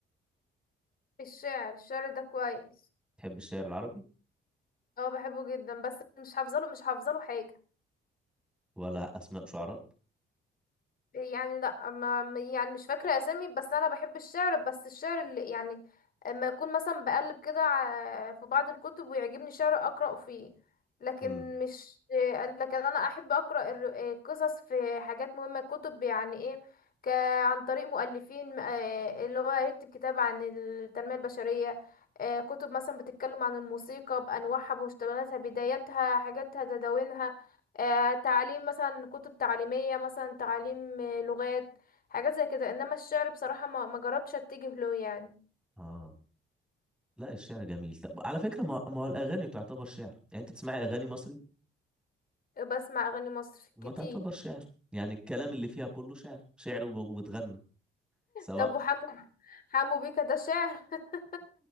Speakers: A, on the left; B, in the centre.
A: الشعر الشعر ده كويس
B: تحب الشعر العربي
A: اه بحبه جدا بس مش حافظه له مش حافظه له حاجة
B: ولا اسماء شعراء
A: يعني لا ما ما- يعني مش فاكرة أسامي بس أنا بحب الشعر بس الشعر اللي يعني اما يكون مثلا بقلب كده ع- في بعض الكتب ويعجبني شعر أقرأ فيه لكن
B: امم
A: مش آه، لكن أنا أحب أقرأ الر- القصص في حاجات مهمة كتب يعني إيه ك عن طريق مؤلفين آه، اللي هو يكتب كتاب عن التنمية البشرية آه، كتب مثلا بتتكلم عن الموسيقى بأنواعها بمشتقاتها بداياتها حاجاتها تداوينها آه، تعليم مثلا كتب تعليمية مثلا تعليم آه، لغات حاجات زي كده انما الشعر بصراحة ما ما جربتش اتجه له يعني
B: اه لا الشعر جميل طب على فكره ما ما هو الاغاني تعتبر شعر يعني انت تسمعي اغاني مصري
A: بسمع اغاني مصر
B: ما
A: كتير
B: تعتبر شعر يعني الكلام اللي فيها كله شعر شعر وب- واتغنى سواء
A: طب وحمو حمو بيكا ده شعر <laughs>